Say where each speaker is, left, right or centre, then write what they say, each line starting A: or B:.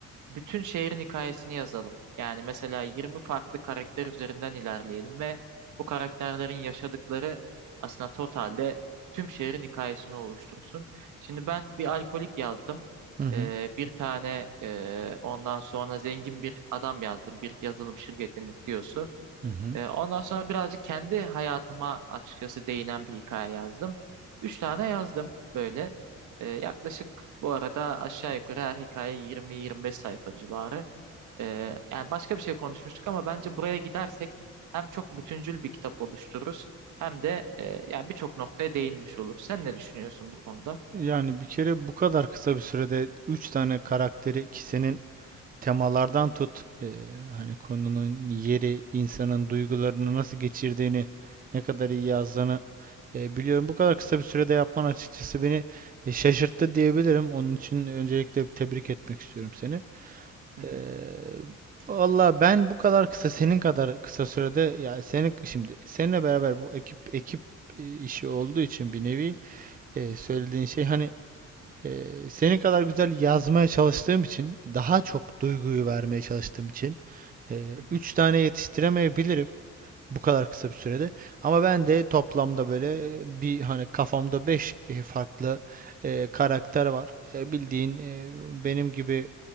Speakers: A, on the right; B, on the right.
A: bütün şehrin hikayesini yazalım. Yani mesela 20 farklı karakter üzerinden ilerleyelim ve bu karakterlerin yaşadıkları aslında totalde tüm şehrin hikayesini oluştursun. Şimdi ben bir alkolik yazdım.
B: Hı hı.
A: Ee, bir tane e, ondan sonra zengin bir adam yazdım. Bir yazılım şirketinin CEO'su.
B: Hı hı.
A: Ee, ondan sonra birazcık kendi hayatıma açıkçası değinen bir hikaye yazdım. Üç tane yazdım böyle. Ee, yaklaşık bu arada aşağı yukarı her hikaye 20-25 sayfa civarı. Ee, yani başka bir şey konuşmuştuk ama bence buraya gidersek hem çok bütüncül bir kitap oluştururuz hem de e, yani birçok noktaya değinmiş oluruz. Sen ne düşünüyorsun bu konuda?
B: Yani bir kere bu kadar kısa bir sürede 3 tane karakteri ki senin temalardan tut eee, hani konunun yeri, insanın duygularını nasıl geçirdiğini, ne kadar iyi yazdığını eee, biliyorum. Bu kadar kısa bir sürede yapman açıkçası beni e, şaşırttı diyebilirim. Onun için öncelikle bir tebrik etmek istiyorum seni.
A: Hı
B: Eee
A: hı,
B: valla ben bu kadar kısa senin kadar kısa sürede ya seni şimdi seninle beraber bu ekip ekip e, işi olduğu için bir nevi e, söylediğin şey hani e, senin kadar güzel yazmaya çalıştığım için daha çok duyguyu vermeye çalıştığım için e,
A: hı hı,
B: üç tane yetiştiremeyebilirim bu kadar kısa bir sürede. Ama ben de toplamda böyle e, bir hani kafamda beş e, farklı e, karakter var. E, bildiğin e, benim gibi